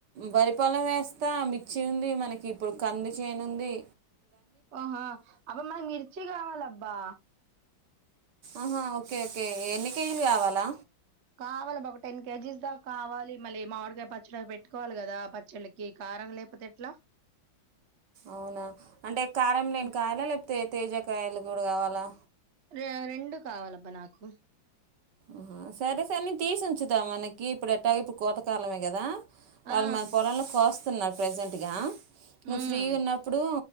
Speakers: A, on the right; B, on the right.
A: వరిపొలం వేస్ స్తాం మిర్చ్చి ఉంది మనకి ఇప్పుడు కంది చేనుంది.
B: ఓహా అబ్బ మాకీ మిర్చి కావాలబ్బా
A: ఆహా ఓకే ఓకే ఎన్ని కేజీలు కావాలా
B: కావాలద ఒక టెన్ కేజీస్ దాకా కావాలి మళ్ళీ మామిడికాయ పచ్చడి అవి పెట్టుకోవాలి కదా పచ్చళ్ళకి కారం లేకపోతే ఎట్లా
A: అవునా అంటే కారం లేని
B: ఉమ్.
A: కాయలా లేకపోతే తేజ కాయలు కూడా కావా లా
B: రె రెండు కావాలబ్బా నాకు
A: ఉనా సరే సరే నేను తీసి ఉంచుతా మనకి ఇప్పుడు ఎట్లాగ ఇప్పుడు కోతకాలమే కదా వాళ్ళు
B: ఆ
A: మన పొలంలో కోస్తా స్తున్నారు ప్రజెంట్ గా నువ్వు
B: ఉమ్,
A: ఫ్రీ గున్నప్పుడు